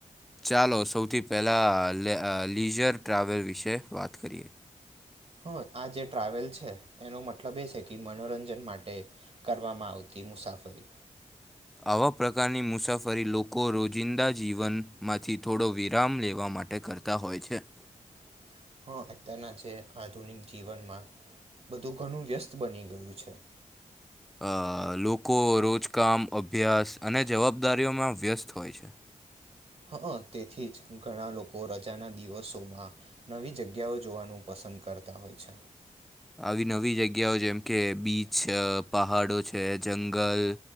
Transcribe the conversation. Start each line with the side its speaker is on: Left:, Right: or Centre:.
Centre: ચાલો સૌથી પહેલા અ લે અ લીઝર ટ્રાવેલ વિશે વાત કરીએ.
Right: હ આ જે ટ્રાવેલ છે એનો મતલબ એ છે કે મનોરંજન માટે કરવામાં આવતી તી મુસાફરી.
Centre: આવા પ્રકારની મુસાફરી લોકો રોજિંદા જીવનમાંથી થોડો વિરામ લેવા માટે કર તા હોય છે.
Right: <inaudible> અત્યારના જે આધુનિક જીવનમાં બધું ઘણું વ્યસ્ત બની ગયું છે.
Centre: અ લોકો રોજકામ અભ્યાસ અને જવાબદારીઓમાં વ્યસ્ત હોય છે.
Right: હ અ તેથી જ ઘણા લોકો રજાના દિવસોમાં નવી જગ્યાઓ જોવાનું પસંદ કરતા હોય છે.
Centre: આવી નવી જગ્યાઓ જેમ કે બીચ છે પહાડો છે જંગલ